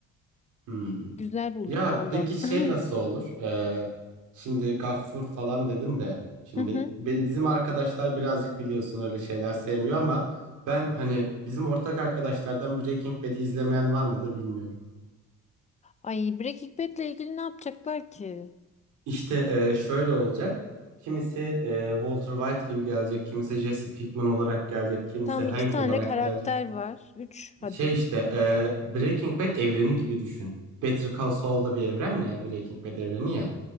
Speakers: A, on the right; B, on the left.
A: Hmm.
B: Güzel bulduk
A: Ya
B: valla.
A: peki
B: <laughs>
A: şey
B: <clears throat>
A: nasıl olur? Ee, şimdi Gaffur falan dedin de şimdi
B: Hı hı.
A: be- bizim arkadaşlar birazcık biliyorsun öyle şeyler sevmiyor ama ben hani bizim ortak arkadaşlardan Breaking Bad'i izlemeyen var mıdır bilmiyorum.
B: Ay Breaking Bad'le ilgili ne yapacaklar ki?
A: İşte e, şöyle olacak. Kimisi e, Walter White gibi gelecek, kimisi Jesse Pinkman olarak gelecek, kimisi
B: Tam
A: Hank
B: iki tane
A: olarak
B: karakter
A: gelecek.
B: var. Üç hadi.
A: Şey işte e, Breaking Bad evreni gibi düşün. Better Call Saul da bir evren ya, Breaking Bad evreni ya.